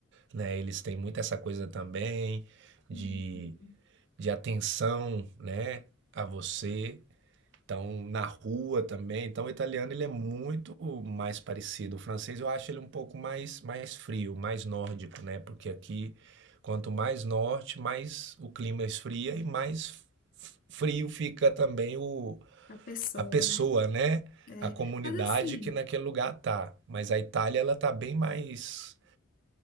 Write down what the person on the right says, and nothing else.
né? Eles têm muito essa coisa também de
de atenção, né, a você. Então, na rua também. Então, o italiano ele é muito mais parecido. O francês eu acho ele um pouco mais mais frio, mais nórdico, né? Porque aqui quanto mais norte, mais o clima esfria e mais f- frio fica também o
a pessoa,
né?
A comunidade
que naquele lugar tá. Mas a Itália ela tá bem mais,